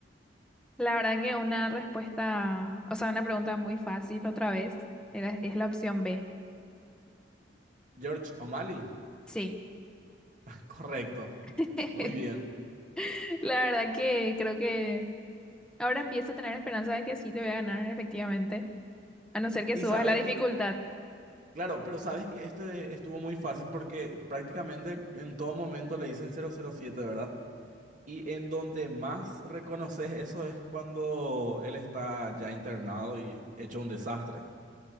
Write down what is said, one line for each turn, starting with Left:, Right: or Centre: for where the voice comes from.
Centre: La verdad que una respuesta, o sea, una pregunta muy fácil otra vez, era, es la opción B.
Right: George O'Malley.
Centre: Sí.
Right: <laughs> Correcto.
Centre: <laughs>
Right: Muy bien.
Centre: La verdad que creo que ahora empiezo a tener esperanza de que sí te voy a ganar, efectivamente, a no ser que
Right: Y
Centre: subas
Right: sabes,
Centre: la dificultad.
Right: claro, pero sabes que este estuvo muy fácil porque prácticamente en todo momento le dicen 007, ¿verdad? Y en donde más reconoces eso es cuando él está ya internado y hecho un desastre.